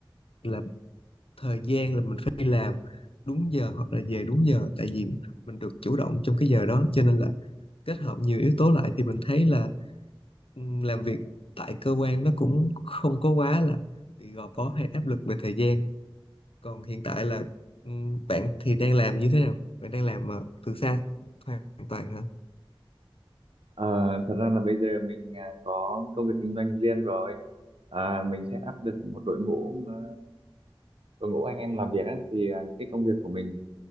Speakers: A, on the left; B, on the right.
A: là thời gian là mình phải đi làm đúng giờ hoặc là về đúng giờ tại vì mình được chủ động trong cái giờ đó cho nên là kết hợp nhiều yếu tố lại thì mình thấy là ừm, làm việc tại cơ quan nó cũng không có quá là bị gò bó hay áp lực về thời gian Còn hiện tại là ừm, bạn thì đang làm như thế nào? Bạn đang làm ờ, từ xa hoàn toàn hả?
B: Ờ, thật ra là bây giờ mình à, có công việc kinh doanh riêng rồi à, mình sẽ áp được một đội ngũ à, đội ngũ anh em làm việc á, thì à, cái công việc của mình